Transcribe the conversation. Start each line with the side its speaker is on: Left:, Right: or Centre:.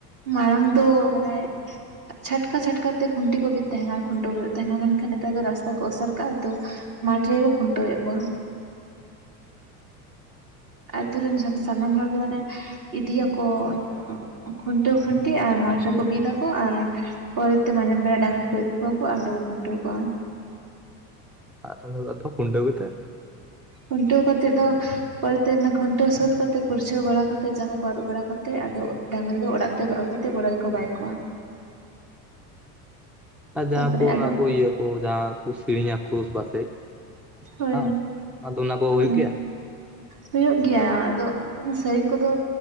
Right: ᱢᱟᱲᱟᱝ ᱫᱚ ᱢᱟᱱᱮ ᱪᱷᱟᱴᱠᱟ ᱪᱷᱟᱴᱠᱟᱛᱮ ᱠᱷᱩᱱᱴᱤ ᱠᱚ ᱵᱤᱫ ᱛᱟᱦᱮᱱᱟ ᱟᱨ ᱠᱷᱩᱱᱴᱟᱹᱣ ᱦᱩᱭᱩᱜ ᱛᱟᱦᱮᱱᱟ, ᱢᱮᱱᱠᱷᱟᱱ ᱱᱮᱛᱟᱨ ᱫᱚ ᱨᱟᱥᱛᱟ ᱠᱚ ᱚᱥᱟᱨ ᱠᱟᱜᱼᱟ ᱛᱚ ᱢᱟᱴᱷ ᱨᱮᱜᱮᱠᱚ ᱠᱷᱩᱱᱴᱟᱹᱣ ᱮᱜ ᱠᱚᱣᱟ᱾ ᱟᱛᱩ ᱨᱤᱱ ᱡᱦᱟᱱ ᱥᱟᱱᱟᱢ ᱦᱚᱲᱜᱮ ᱢᱟᱱᱮ ᱤᱫᱤᱭᱟᱠᱚ ᱤᱭᱟᱹ ᱠᱷᱩᱱᱴᱟᱹᱣ ᱠᱷᱩᱱᱴᱤ ᱟᱨ ᱢᱟᱴ ᱨᱮᱠᱚ ᱵᱤᱫᱟᱠᱚ, ᱟᱨ ᱯᱚᱨᱮᱛᱮ ᱢᱟᱱᱮ ᱢᱟᱡᱟᱱ ᱵᱮᱲᱟ ᱰᱟᱝᱨᱤ ᱠᱚ ᱤᱫᱤᱠᱚᱣᱟᱠᱚ ᱟᱨ ᱚᱸᱰᱮ ᱠᱚ ᱠᱷᱩᱱᱴᱟᱹᱣ ᱠᱚᱣᱟ᱾
Centre: ᱟ ᱛᱟᱦᱚᱞᱮ ᱫᱚ <unintelligible> ᱠᱦᱩᱱᱴᱟᱹᱣ ᱠᱟᱛᱮ
Right: ᱠᱷᱩᱱᱴᱟᱹᱣ ᱠᱟᱛᱮᱫ ᱫᱚ ᱯᱚᱨᱮᱛᱮ ᱚᱱᱟ ᱠᱷᱩᱱᱴᱟᱹᱣ ᱥᱟᱹᱛ ᱠᱟᱛᱮ ᱯᱟᱹᱨᱪᱟᱹ ᱵᱟᱲᱟ ᱠᱟᱛᱮ ᱡᱟᱸᱜᱟ ᱠᱚ ᱟᱹᱨᱩᱵ ᱵᱟᱲᱟ ᱠᱟᱛᱮᱫ ᱟᱫᱚ ᱰᱟᱝᱨᱤᱫᱚ ᱚᱲᱟᱜ ᱛᱮᱠᱚ ᱟᱹᱜᱩ ᱠᱟ -ᱛᱮᱫ ᱜᱚᱲᱟ ᱜᱮᱠᱚ ᱵᱟᱭ ᱠᱚᱜᱣᱟ᱾
Centre: ᱟᱨ ᱡᱟᱦᱟᱸ
Right: ᱛᱟᱯᱚᱨᱮ
Centre: ᱠᱚ ᱚᱱᱟ
Right: ᱟᱫᱚ
Centre: ᱠᱚ ᱤᱭᱟᱹ ᱠᱚ ᱡᱟᱦᱟᱸ ᱠᱚ ᱥᱮᱨᱤᱧᱟᱠᱚ ᱥᱮ ᱯᱟᱥᱮᱡ
Right: ᱦᱳᱭ
Centre: ᱦᱚᱸ ᱟᱫᱚ ᱚᱱᱟ ᱠᱚ ᱦᱩᱭᱩᱜ
Right: ᱦᱳᱭ
Centre: ᱜᱮᱭᱟ?
Right: ᱦᱩᱭᱩᱜ ᱜᱮᱭᱟ ᱟᱫᱚ ᱥᱮᱨᱮᱧ ᱠᱚᱫᱚ